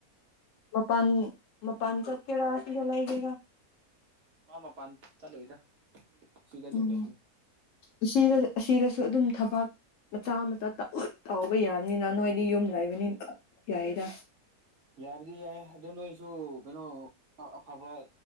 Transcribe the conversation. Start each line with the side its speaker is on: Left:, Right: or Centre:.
Left: ꯃꯄꯥꯟ ꯃꯄꯥꯟ ꯆꯠꯀꯦꯔ ꯁꯤꯗ ꯂꯩꯒꯦꯔ
Right: ꯃꯥ ꯃꯥꯄꯥꯟ ꯆꯠꯂꯣꯏꯗ ꯁꯤꯗ ꯑꯗꯨꯝ
Left: ꯎꯝ
Right: ꯂꯩꯅꯤ
Left: ꯑꯁꯤꯗ ꯑꯁꯤꯗꯁꯨ ꯑꯗꯨꯝ ꯊꯕꯥꯛ ꯃꯆꯥ ꯃꯇ ꯇꯧ ꯇꯧꯕ ꯌꯥꯕꯅꯤꯅ ꯅꯣꯏꯗꯤ ꯌꯨꯝ ꯂꯩꯕꯅꯤꯅ ꯌꯥꯏꯗ
Right: ꯌꯥꯕꯨꯗꯤ ꯌꯥꯏ ꯑꯗꯣ ꯅꯣꯏꯁꯨ ꯀꯩꯅꯣ ꯑꯐꯕ